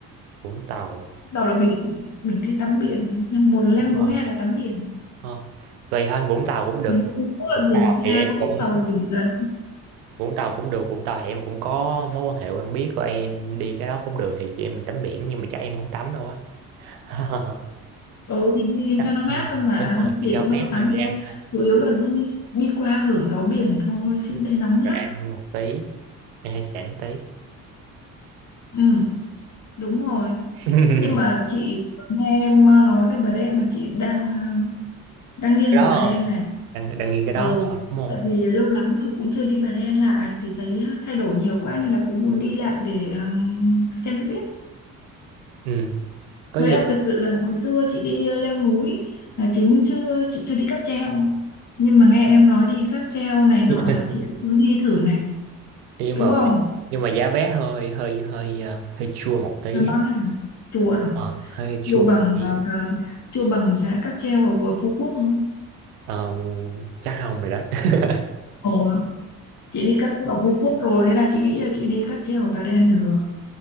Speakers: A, on the right; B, on the left.
A: Vũng Tàu
B: Vũng Tàu là biển mình đi tắm biển một là leo
A: đúng
B: núi
A: rồi
B: hay là tắm biển
A: ờ. vậy thôi Vũng Tàu cũng được
B: mình cũng có
A: Vũng
B: là biển
A: Tàu
B: xa
A: thì em
B: có Vũng
A: cũng
B: Tàu là biển gần
A: Vũng Tàu cũng được Vũng Tàu thì em cũng có mối quan hệ quen biết của em đi cái đó cũng được thì chị em mình tắm biển nhưng mà chắc em không tắm đâu á <laughs>
B: ừ thì đi
A: Chắc-
B: cho nó mát
A: ừ,
B: thôi mà
A: đúng rồi thì
B: thì
A: cho
B: cũng đâu
A: mát
B: có tắm
A: thôi đi
B: đâu
A: ăn thôi
B: chủ yếu là đi đi qua hưởng gió biển thôi chứ đây nóng lắm
A: rồi ăn một tí ăn hải sản một tí
B: ừ đúng rồi
A: <laughs>
B: nhưng mà chị nghe em nói về Bà Đen là chị đang ờ, đang nghiêng
A: cái đó
B: về Bà Đen này
A: đang, đang nghiêng cái đó
B: ừ
A: thôi, đúng không
B: tại vì lâu lắm rồi cũng chưa đi Bà Đen lại thì thấy thay đổi nhiều quá nên là cũng muốn đi lại để ừm, xem cho biết
A: ừ có
B: Mới
A: gì
B: là thực sự là hồi xưa chị đi ờ, leo núi là chính chứ chị chưa đi cáp treo. Nhưng mà nghe em nói đi cáp treo này
A: <laughs>
B: nọ là chị cũng muốn đi thử này,
A: nhưng
B: đúng
A: mà
B: không?
A: nhưng mà giá vé hơi hơi hơi ờ, hơi chua một tí
B: Là băng à? Chùa à?
A: Ờ, hơi, hơi chua
B: Chùa bằng
A: một tí
B: à, à, chùa bằng giá cáp treo ở vừa Phú Quốc không?
A: Ờm, chắc không rồi đó <laughs>
B: Ồ, chị đi cáp treo ở Phú Quốc rồi nên là chị nghĩ là chị đi cáp treo ở Bà Đen được.